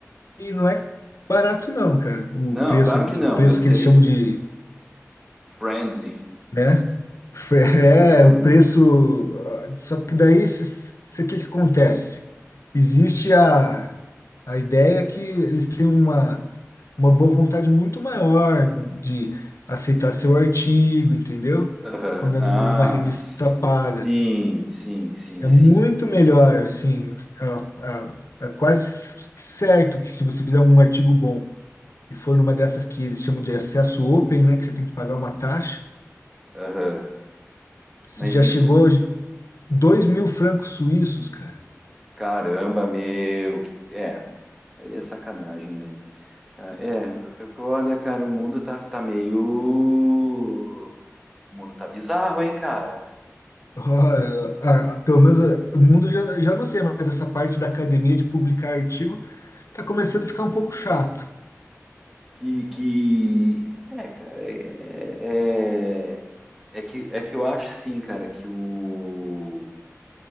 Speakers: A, on the left; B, in the centre.
A: e não é barato não, cara. O
B: Não,
A: preço,
B: claro que não,
A: o preço
B: eu sei.
A: que eles chamam de,
B: Friendly.
A: né? Fre- É,
B: <laughs>
A: o preço. ah, Só que daí, o que que acontece? Existe a, a ideia que eles têm uma, uma boa vontade muito maior de aceitar seu artigo, entendeu?
B: Aham.
A: Quando é
B: Ah,
A: numa revista
B: sim,
A: paga.
B: sim, sim,
A: É
B: sim.
A: muito melhor, assim, a- a- é quase certo que se você fizer um artigo bom e for numa dessas que eles chamam de acesso open, né, que você tem que pagar uma taxa,
B: Aham. Mas
A: já
B: isso,
A: chegou dois mil francos suíços, cara.
B: caramba, meu, que é, aí é sacanagem, né? Ca- É, olha, cara, o mundo tá, tá meio. O mundo tá bizarro, hein, cara?
A: <laughs> Ó, a- a- Pelo menos o mundo já, já não sei, mas essa parte da academia de publicar artigo tá começando a ficar um pouco chato.
B: Que, que... É, cara, é... é- É que, é que eu acho sim, cara, que o,